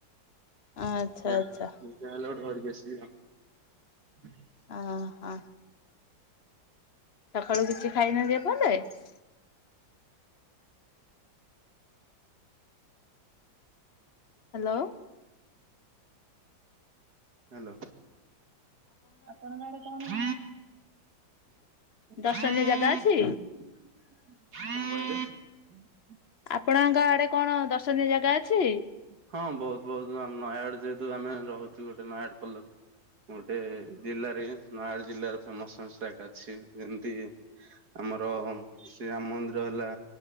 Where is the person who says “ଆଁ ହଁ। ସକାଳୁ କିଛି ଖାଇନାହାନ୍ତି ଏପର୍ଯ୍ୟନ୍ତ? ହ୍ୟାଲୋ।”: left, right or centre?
Left